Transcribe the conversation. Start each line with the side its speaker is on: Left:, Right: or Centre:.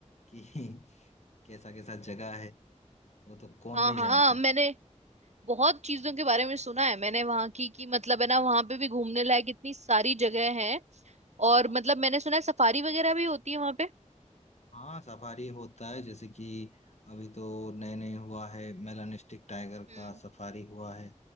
Left: कि <laughs> कैसा कैसा जगह है वो तो कौन
Right: हाँ
Left: नहीं
Right: हाँ
Left: जानता
Right: मैंने बहुत चीजों के बारे में सुना है मैंने वहां की कि मतलब है ना वहां पे भी घूमने लायक इतनी सारी जगह है और
Left: हाँ
Right: मतलब मैंने सुना है सफारी वगैरह भी होती है वहां पे
Left: हाँ सफारी होता है जैसे कि अभी तो नए नए हुआ है मेलानिस्टिक टाइगर
Right: हम्म
Left: का सफारी हुआ है